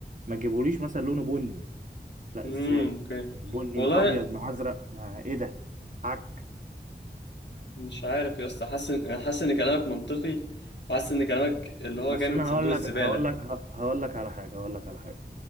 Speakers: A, on the right; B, on the left.
A: ما تجيبوليش مثلا لونه بني لا
B: مم.
A: إزاي
B: اوكي
A: بني
B: والله
A: مع أبيض مع أزرق مع إيه ده عك
B: مش عارف يا اسطى حاسس إن- حاسس ان كلامك منطقي وحاسس ان كلامك اللي هو
A: أصل
B: جاي من
A: أنا
B: صندوق
A: هقول
B: الزبالة
A: لك هقول لك هقول لك على حاجة هقول لك على حاجة